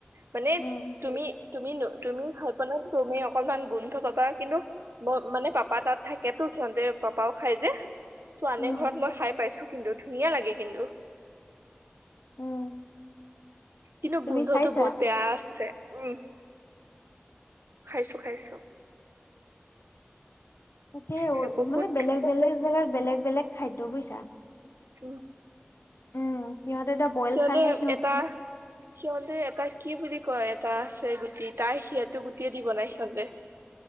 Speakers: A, on the right (about 80°); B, on the left (about 85°).
A: মানে
B: উম,
A: তুমি, তুমি, তুমি খাইপেলাই তুমি অকনমান গোন্ধ পাবা, কিন্তু মই মানে পাপা তাত থাকেতো, সিহঁতে পাপাও খাই যে। তো আনে
B: উম,
A: ঘৰত, মই খাই পাইিছো কিন্তু, ধুনীয়া লাগে কিন্তু।
B: উম
A: কিন্তু
B: তুমি
A: গোন্ধটো
B: চাইছা?
A: বহুত বেয়া আছে উম খাইছো খাইছো।
B: তাকে
A: সেই বহুত
B: মানে বেলেগ বেলেগ জেগাত বেলেগ বেলেগ খাদ্য বুইছা।
A: উ
B: উম সিহঁতে এতিয়া বইল
A: সিহঁতে
B: খাই খাই সিহত
A: এটা সিহঁতে এটা কি বুলি কয় এটা আছে গুটি, তাই সিহঁতো গুটিয়ে দি বনাই সিহঁতে।